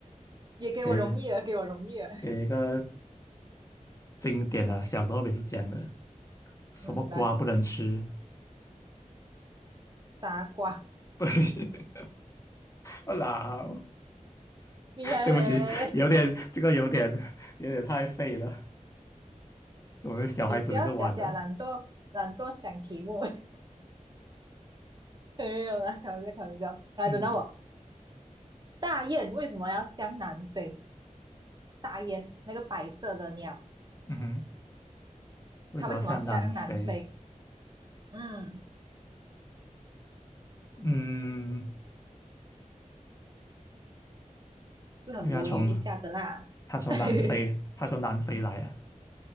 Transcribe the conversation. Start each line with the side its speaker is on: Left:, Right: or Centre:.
Right: 也给我容易了，
Left: 给
Right: 给我容易了。
Left: 给一个经典的、小时候也是讲的，什么瓜不能吃，
Right: 嗯，来，傻瓜，
Left: <laughs> 对，我老，
Right: 厉害嘞！
Left: 对不起，有点这个有点有点太废了，我们小孩子每次玩的，
Right: 你不要假假懒惰，懒惰想题目。<laughs> 没有啦，开玩笑，开玩笑。来，
Left: 嗯
Right: 轮到我。大雁为什么要向南飞？大雁那个白色的鸟，
Left: 嗯哼，为什么像南非？
Right: 它为什么要向南飞？嗯。
Left: 嗯，
Right: 是很无语一下的啦。
Left: 因为他从他从南非，
Right: <laughs>
Left: 他从南非来啊，